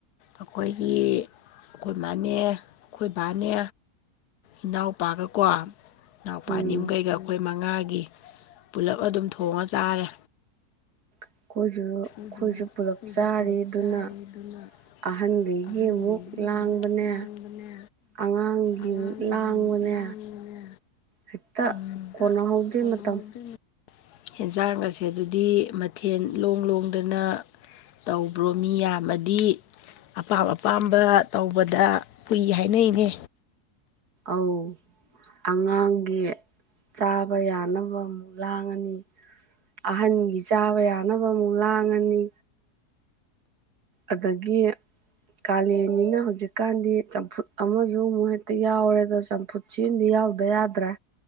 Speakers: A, on the left (about 85°); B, on the right (about 80°).
A: ꯑꯩꯈꯣꯏꯒꯤ ꯑꯩꯈꯣꯏ ꯏ ꯃꯥꯅꯦ ꯑꯩꯣꯏꯕꯥꯅꯦ ꯏꯅꯥꯎꯄꯥꯒꯀꯣ ꯅ ꯄꯅꯤꯝ
B: ꯎꯝ
A: ꯑꯩꯈꯣꯏ ꯃꯉꯥꯒꯤ ꯄꯨꯂꯞ ꯑꯗꯨꯝ ꯊꯣꯡꯉ ꯆꯥꯔꯦ
B: ꯑꯩꯈꯣꯏꯁꯨ ꯑꯩꯈꯣꯏꯁꯨ
A: ꯎ
B: ꯄꯨꯂꯞ
A: ꯎꯁꯨ
B: ꯆꯥꯔꯤ
A: ꯄꯨꯂꯞ
B: ꯑꯗꯨꯅ
A: ꯆꯥꯔꯤꯗꯨꯅ
B: ꯑꯍꯟꯈꯩꯒꯤ
A: ꯑꯍꯟꯒꯤ
B: ꯑꯃꯨꯛ ꯂꯥꯡꯕꯅꯦ
A: ꯃꯨꯛ ꯂꯥꯡꯕꯅꯦ
B: ꯑꯉꯥꯡꯒꯤ
A: ꯑꯉꯥꯡꯒꯤ
B: ꯑꯃꯨꯛ ꯂꯥꯡꯕꯅꯦ
A: ꯃꯨꯛ ꯂꯥꯡꯕꯅꯦ
B: ꯍꯦꯛꯇ
A: ꯍꯦꯛꯇꯥ
B: ꯀꯣꯟꯅꯍꯧꯗꯦ
A: <unintelligible>
B: ꯃꯇꯝ
A: ꯍꯦꯟꯁꯥꯡ ꯑꯁꯦ ꯑꯗꯨꯗꯤ ꯃꯊꯦꯜ ꯂꯣꯡ ꯂꯣꯡꯗꯅ ꯇꯧꯕ꯭ꯔꯣ ꯃꯤ ꯌꯥꯝ ꯑꯃꯗꯤ ꯑꯄꯥꯝ ꯑꯄꯥꯝꯕ ꯇꯧꯕꯗ ꯀꯏ ꯍꯥꯏꯅꯩꯅꯦ
B: ꯑꯧ ꯑꯉꯥꯡꯒꯤ ꯆꯥꯕ ꯌꯥꯅꯕ ꯑꯃꯨꯛ ꯂꯥꯡꯉꯅꯤ ꯑꯍꯟꯒꯤ ꯆꯥꯕ ꯌꯥꯅꯕ ꯑꯃꯨꯛ ꯂꯥꯡꯉꯅꯤ ꯑꯗꯒꯤ ꯀꯥꯂꯦꯟꯅꯤꯅ ꯍꯧꯖꯤꯛꯀꯥꯟꯗꯤ ꯆꯝꯐꯨꯠ ꯑꯃꯁꯨ ꯑꯃꯨꯛ ꯍꯦꯛꯇ ꯌꯥꯎꯔꯦ ꯑꯗꯣ ꯆꯝꯐꯨꯠ ꯁꯤꯝꯗꯤ ꯌꯥꯎꯗ ꯌꯥꯗ꯭ꯔꯦ